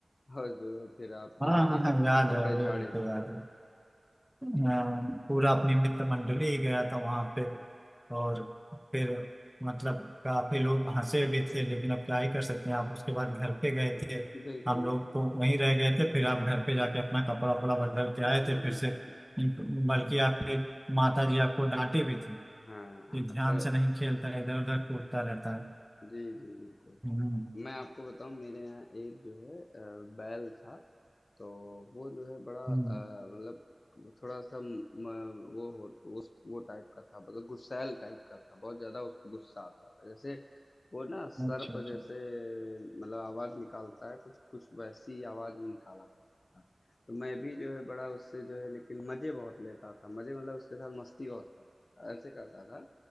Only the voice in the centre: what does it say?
हाँ
हाँ हाँ,
याद
है वो
भी तो
याद है अ, पूरा अपनी मित्र मंडली ही गया था वहां पे और फिर मतलब काफी लोग हंसे भी थे लेकिन अब क्या ही कर सकते हैं आप उसके बाद घर पे गए थे
हम लोग
तो वहीं रह गए थे फिर आप घर पे जाके अपना कपड़ा वपड़ा बदल के
आए थे फिर
से
इन- बल्कि आपकी माता जी आपको डांटे भी थी
कि
ध्यान से नहीं खेलता इधर उधर कूदता रहता है
हम्म
हम्म
अच्छा
अच्छा